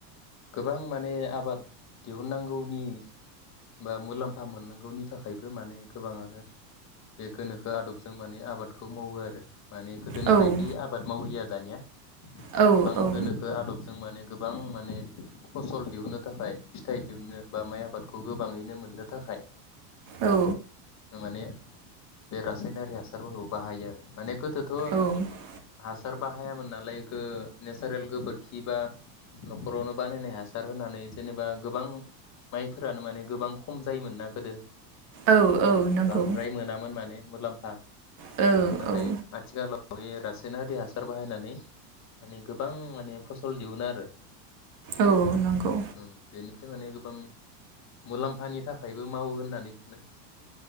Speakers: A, on the left (about 35°); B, on the right (about 45°).
A: गोबां माने आबाद दिहुननांगौनि बा मुलाम्फा मोननांगौनि थाखायबो माने गोबाङानो बे गोनोखो आदबजों माने आबाद खौ मावो आरो। माने गोदोनि
B: औ
A: बायदि आबाद मावलिया। दानिया।
B: औ
A: गोबां
B: औ
A: गोनोखो आदबजों माने गोबां माने। फसल दिहुननो थाखाय फिथाइ दिहुननो बा माइ आबादखौ गोबाङैनो मोननो थाखाय
B: औ।
A: माने बे रासायनारि हासारफोरखौ बाहायो आरो माने। थ' हास
B: औ
A: हासार बाहायामोन नालाय इखो नेसारेल गोबोरखि बा न'खरावनो बानायनाय हासार होनानै जेनेबा गोबां माइफोरानो माने गोबां खम जायोमोननना गोदो।
B: औ औ नंगौ
A: बांद्राय मोनामोन माने मुलामफ हा
B: औ
A: नाथाय
B: औ
A: आथिखालाव बे रासायनारिया हार बाहायनानै माने गोबां माने फसल दिहुनो आरो
B: औ नंगौ
A: उम बेनिफ्राय माने गोबां मुलाम्फानि थाखायबो मावो होननानै सानो